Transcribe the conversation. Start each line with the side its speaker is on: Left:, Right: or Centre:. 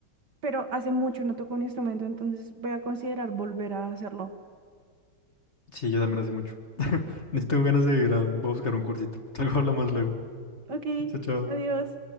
Right: pero hace mucho no toco un instrumento, entonces voy a considerar volver a hacerlo.
Left: sí, yo también hace mucho, <laughs> necesito ganas de ir a, voy a buscar un cursito, <laughs> luego hablamos luego,
Right: Ok,
Left: chao, chao.
Right: adiós.